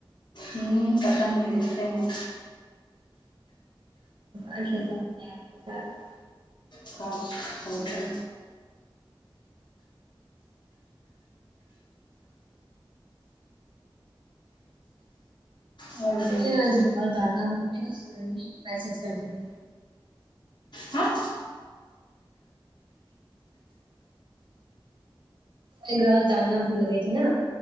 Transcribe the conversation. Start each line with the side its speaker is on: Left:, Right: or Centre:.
Left: ہ پتا نہیں دیکھتے ہے
Right: آپ کے ساتھ
Left: خچ ہوتاا اور بتائیے
Right: مے اج گھر ڈالنا نہیں تو سددنلے میسج کر دینا
Left: ہاں
Right: انگراج دلنا بھول گیی تھی نا